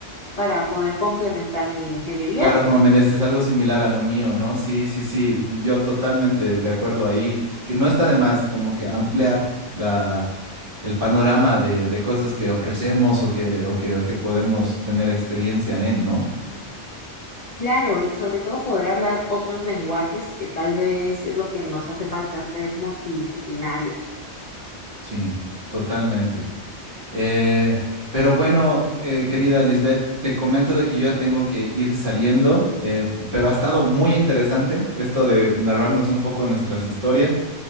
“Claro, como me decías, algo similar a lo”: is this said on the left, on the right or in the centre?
Right